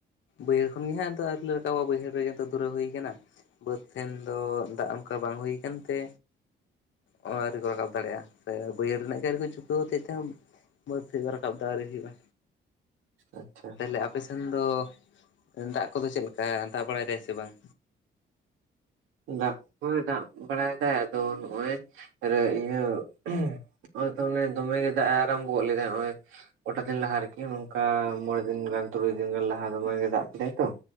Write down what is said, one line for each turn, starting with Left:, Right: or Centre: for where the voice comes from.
Left: ᱵᱟᱹᱭᱦᱟᱹᱲ ᱠᱷᱚᱱᱜᱮ ᱦᱟᱸᱜ ᱟᱫᱚ ᱟᱹᱣᱨᱤ ᱞᱮ ᱨᱟᱠᱟᱵᱟ ᱵᱟᱹᱭᱦᱟᱹᱲ ᱨᱮᱜᱮ ᱛᱚ ᱫᱷᱩᱨᱟᱹᱣ ᱦᱩᱭ ᱠᱟᱱᱟ᱾ ᱵᱟᱹᱫᱽ ᱥᱮᱱ ᱫᱚ ᱫᱟᱜ ᱚᱱᱠᱟ ᱵᱟᱝ ᱦᱩᱭ ᱠᱟᱱ ᱛᱮ ᱟᱹᱣᱨᱤ ᱠᱚ ᱨᱟᱠᱟᱵᱽ ᱫᱟᱲᱮᱭᱟᱜᱼᱟ, ᱥᱮ ᱵᱟᱹᱭᱦᱟᱹᱲ ᱨᱮᱱᱟᱜ ᱜᱮ ᱟᱹᱨᱤ ᱠᱚ ᱪᱩᱯ <unintelligible> ᱵᱟᱹᱫᱽ ᱛᱮ ᱨᱟᱠᱟᱵᱽ ᱫᱚ ᱟᱣᱨᱤ ᱦᱩᱭᱩᱜᱼᱟ,
Right: ᱟᱪᱪᱷᱟ᱾
Left: ᱛᱟᱦᱞᱮ ᱟᱯᱮᱥᱮᱱ ᱫᱚ ᱫᱟᱜ ᱠᱚᱫᱚ ᱪᱮᱫ ᱞᱮᱠᱟ ᱫᱟᱜ ᱵᱟᱲᱟᱭ ᱫᱟᱭ ᱥᱮ ᱵᱟᱝ?
Right: ᱫᱟᱜ ᱠᱚᱭ ᱫᱟᱜ ᱵᱟᱲᱟᱭ ᱫᱟᱭ ᱟᱫᱚ ᱱᱚᱜᱼᱚᱭ᱾ ᱟᱨ ᱤᱭᱟᱹ ᱱᱚᱜᱼᱚᱭ ᱛᱚ ᱢᱟᱱᱮ ᱫᱚᱢᱮ ᱜᱮ ᱫᱟᱜ ᱮ ᱟᱨᱟᱢᱵᱚ ᱞᱮᱫᱟ ᱱᱚᱜᱼᱚᱭ᱾ ᱠᱚᱴᱟ ᱫᱤᱱ ᱞᱟᱦᱟ ᱟᱨᱠᱤ ᱱᱚᱝᱠᱟ ᱢᱚᱬᱮ ᱫᱤᱱ ᱜᱟᱱ ᱛᱩᱨᱩᱭ ᱫᱤᱱ ᱜᱟᱱ ᱞᱟᱦᱟ ᱫᱚᱢᱮ ᱫᱟᱜ ᱠᱮᱫᱟᱭ ᱛᱚ᱾